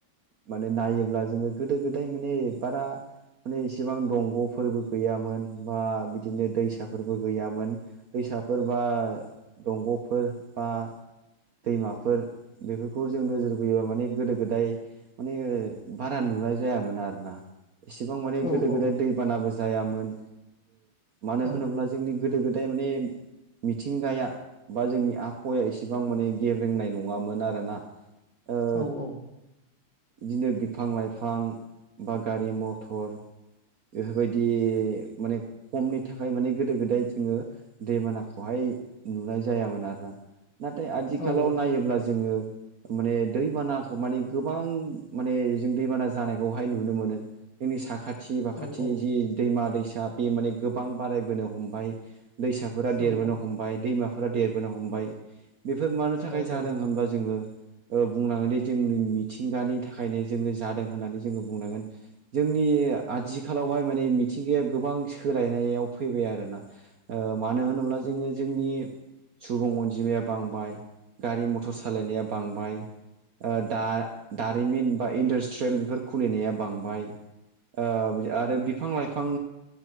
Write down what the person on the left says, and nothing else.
औ
औ
औ
औ-औ
औ
औ औ
औ
औ औ